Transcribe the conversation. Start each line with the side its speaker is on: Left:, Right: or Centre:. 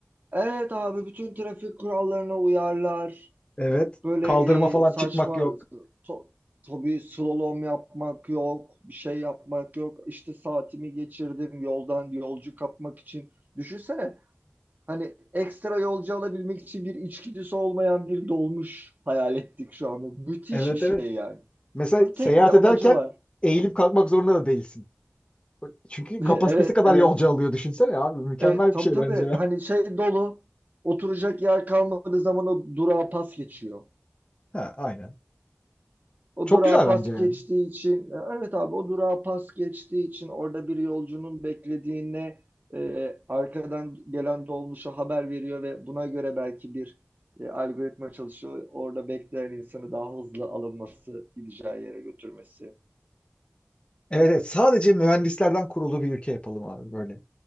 Right: evet abi bütün trafik kurallarına uyarlar.
Left: Evet.
Right: Böyle
Left: Kaldırma falan
Right: e, saçma
Left: çıkmak yok. <clears throat>
Right: to, tabii slalom yapmak yok, bir şey yapmak yok. İşte saatimi geçirdim yoldan yolcu kapmak için. Düşünsene hani ekstra yolcu alabilmek için bir içgüdüsü olmayan bir dolmuş hayal ettik şu anda. Müthiş
Left: Evet
Right: bir şey
Left: evet.
Right: yani.
Left: Mesela
Right: Bunun tek
Left: seyahat
Right: bir amacı
Left: ederken
Right: var.
Left: eğilip kalkmak zorunda da değilsin. Çünkü
Right: <laughs>
Left: kapasitesi
Right: Evet,
Left: kadar
Right: evet.
Left: yolcu alıyor düşünsene abi. Mükemmel
Right: E, tabii
Left: bir şey
Right: tabii
Left: bence.
Right: hani şey dolu oturacak yer kalmadığı zaman o durağa pas geçiyor.
Left: Ha, aynen.
Right: O
Left: Çok
Right: durağa
Left: güzel
Right: pas
Left: bence yani.
Right: geçtiği için, evet abi o durağa pas geçtiği için orada bir yolcunun beklediğine e, arkadan gelen dolmuşa haber veriyor ve buna göre belki bir e, algoritma çalışıyor. Orada bekleyen insanı daha hızlı alınması, gideceği yere götürmesi.
Left: Evet, evet sadece mühendislerden kurulu bir ülke yapalım abi böyle.